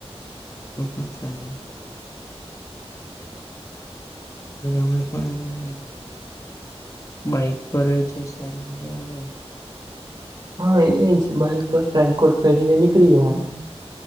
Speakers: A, on the left; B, on the right.
A: પલે <inaudible> અમે પણ એમ બાઈક પર છે સારી મજા આવે
B: હા એજ બાઈક પર રેનકોટ પહેરીને નીકળી જવાનું